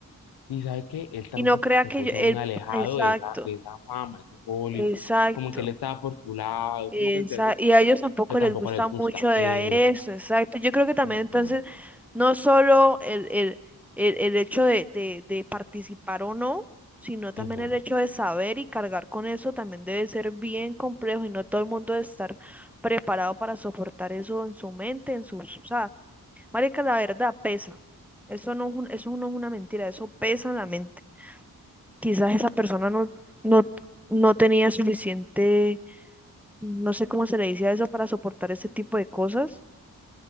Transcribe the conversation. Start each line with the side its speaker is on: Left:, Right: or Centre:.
Left: Y sabe que él también
Centre: Y no crea
Left: se,
Centre: que
Left: se puso
Centre: yo, él,
Left: muy alejado
Centre: exacto,
Left: de esa, de esa fama, ese Hollywood.
Centre: exacto.
Left: Como que él estaba por su lado.
Centre: esa-
Left: ¿sí me entiende?
Centre: y a ellos tampoco
Left: Pero tampoco
Centre: les gusta
Left: les gusta.
Centre: mucho de
Left: Epa.
Centre: a eso, exacto. Yo creo que también
Left: Ujú,
Centre: entonces, no solo el, el, el, el hecho de, de, de participar o no, sino también
Left: ujú.
Centre: el hecho de saber y cargar con eso también debe ser bien complejo y no todo el mundo debe estar preparado para soportar eso en su mente, en sus, o sea, Marica, la verdad pesa. Eso no es un- eso no es una mentira, eso pesa en la mente. Quizás esa persona no, no, no tenía suficiente, no sé cómo se le dice a eso, para soportar ese tipo de cosas.